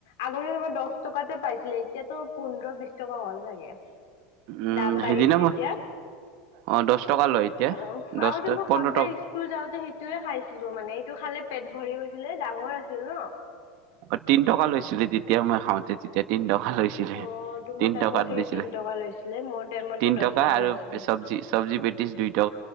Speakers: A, on the left; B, on the right.
A: আগতে তোমাৰ দহ টকাতে পাইছিলে এতিয়াতো পোন্ধৰ বিশ টকা হল লাগে,
B: উম
A: দাম বাঢ়িছে
B: সেইদিনা মই
A: এতিয়া।
B: অ দহ টকা লয় এতিয়া
A: অ',
B: দহ
A: আগতে মই
B: পোন্ধৰ
A: সদায়
B: টকা
A: স্কুল যাওতে সেই সেটোয়ে খাইছিলো মানে এইটো খালে পেট ভৰি গৈছিলে ডাঙৰ আছিল ন।
B: অ তিন টকা লৈছিলে তেতিয়া মই খাওঁতে তেতিয়া তিন টকা লৈছিলে।
A: অ', তোমাৰ
B: তিন
A: টাইমত
B: টকাত
A: চাগে
B: দিছিলে
A: তিন টকা লৈছিলে মোৰ টাইমতো
B: তিন
A: দহ
B: টকা আৰু
A: লৈছিলে।
B: চবজি চবজি পেতিছ দুই টা